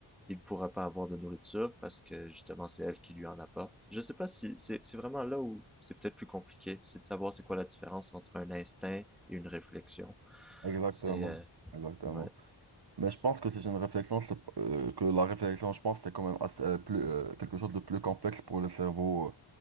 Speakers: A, in the centre; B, on the right (about 60°).
A: il pourra pas avoir de nourriture parce que justement c'est elle qui lui en apporte. Je sais pas si c'est c'est vraiment là où c'est peut-être plus compliqué, c'est de savoir c'est quoi la différence entre un instinct et une réflexion.
B: Exactement,
A: C'est euh,
B: exactement.
A: ouais.
B: Mais je pense que c'est une réflexion, c'est p- euh, que la réflexion, je pense, c'est quand même assez, euh, plus, euh, quelque chose de plus complexe pour le cerveau euh,